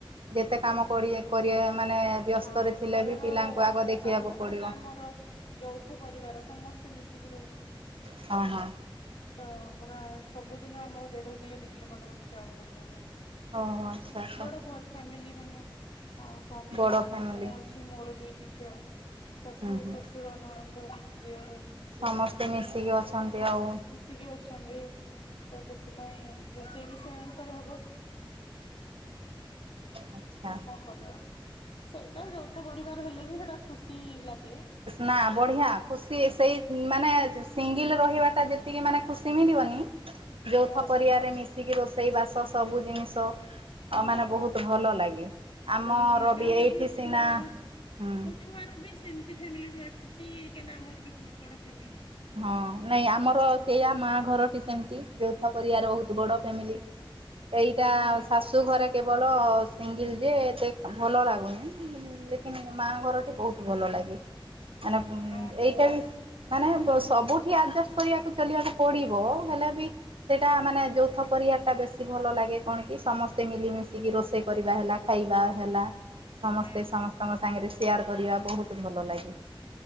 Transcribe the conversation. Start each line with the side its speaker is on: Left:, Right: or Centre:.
Right: ଯେତ କାମ କ କରିବା ମାନେ ବ୍ୟସ୍ତରେ
Left: ହଁ
Right: ଥିଲେ
Left: ଘରର
Right: ବି ପିଲାଙ୍କୁ ଆଗ ଦେଖିବାକୁ
Left: କାମ
Right: ପଡ଼ିବ।
Left: ତାପରେ ଆମର ଯଉ ରଥ ପରିବାର ସମସ୍ତେ ମିଶିକି ରହୁଛୁ।
Right: ହଁ ହଁ।
Left: ତ ପୁରା ସବୁଦିନ ଆମର ଦେଢ କିଲୋ ଦି କିଲୋ ପାଖାପାଖି ଚାଉଳ ରନ୍ଧା ହୁଏ।
Right: ଓହୋ ଆଚ୍ଛା ଆଚ୍ଛା
Left: ବଡ ବହୁତ ଫ୍ୟାମିଲି ମାନେ ହଁ ସ୍ୱାମୀ
Right: ବଡ଼ ଫ୍ୟାମିଲି।
Left: ଆସ ମୁଁ ଅଛି ମୋ ଦୁଇଟି ଛୁଆ ଶାଶୁ
Right: ହୁଁ ହୁଁ।
Left: ଶ୍ୱଶୁର ନନନ୍ଦ ଦିଅର
Right: ସମସ୍ତେ
Left: ଦିଟା
Right: ମିଶିକି ଅଛନ୍ତି
Left: ହଁ
Right: ଆଉ।
Left: ମିଶିକି ଅଛନ୍ତି। <unintelligible> ତ ସେଥିପାଇଁ ରୋଷେଇ ବି ସେ ଅନୁସାରେ ହବ।
Right: ଆଚ୍ଛା।
Left: ଆଉ କଣ କରିବା। ସେଇଟା ଯୋତେ ପରିବାର ହେଲେ ବି ସେଇଟା ଖୁସି ଲାଗେ
Right: ନା ବଢିଆ ଖୁସି ସେଇ ମାନେ ସିଙ୍ଗିଲ ରହିବାଟା ଯେତିକି ମାନେ ଖୁସି ସିମିଳିବନି
Left: ହଁ
Right: ଯଉଥ ପରରିଆରେ ମିଶିକି ରୋଷେଇ ବାସ ସବୁ ଜିନିଷ
Left: ହଁ
Right: ମାନେ ବହୁତ ଭଲ ଲାଗେ। <inaudible> ଆମର
Left: ଭଲ ଲାଗା ମୁଁ
Right: ଏଇଠି
Left: ବି ଛୁଆରୁ
Right: ସିନା
Left: ମୋ
Right: ହୁଁ।
Left: ଛୁଆ ର ବି ସେମିତି ଫ୍ୟାମିଲିରୁ ଆସିଛି କାହିଁକି ଆମର ବି ବହୁତ ବଡ ଫ୍ୟାମିଲି।
Right: ହଁ ନାଇଁ ଆମର ସେଇଆା ମା ଘରଟି ସେମତି, ଯୋଉଥ ପରିଆ ବହୁତ ବଡ ଫ୍ୟାମିଲି। ଏଇଟା
Left: ବଡ
Right: ଶାଶୁ
Left: ପୁରା
Right: ଘରେ କେବଳ ସିଙ୍ଗିଲ୍ ଯେ ଏତେ ଭଲ ଲାଗୁନି ଦେଖିନ ମା ଘରଟି ବହୁତ ଭଲ ଲାଗେ ମାନେ
Left: ହଁ
Right: ଏଇଟା ବି ମାନେ ସବୁଠି ଆଡଜଷ୍ଟ କରିବାକୁ ଚାଲିବାକୁ ପଡିବ ହେଲେ ବି ସେଇଟା ମାନେ ଯୌଥ ପରିବାାର ଟା ବେଶୀ ଭଲ ଲାଗେ କଣ କି ସମସ୍ତେ ମିଲିମିଶିକି ରୋଷେଇ କରିବା ହେଲା, ଖାଇବା ହେଲା ସମସ୍ତେ
Left: ହଁ।
Right: ସମସ୍ତଙ୍କ ସାଙ୍ଗରେ ସେଆାର କରିବା ବହୁତ ଭଲ ଲାଗେ।